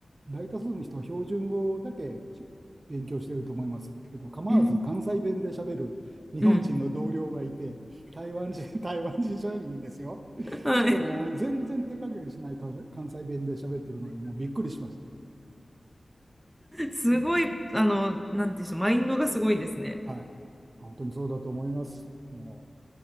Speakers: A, on the right; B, in the centre.
A: 大多数の人は標準語だけし勉強してると思いますけど、構わず関西弁で喋る日本人の同僚がいて、
B: うん。うん。
A: 台湾人、<laughs> 台湾人社員ですよ。
B: はい。
A: しかも全然手加減しない関西関西弁で喋ってるので、もうびっくりしまし
B: すごい、あの、なんていうんでしょう、マインドがすごいですね。
A: た。はい。本当にそうだと思います。もう。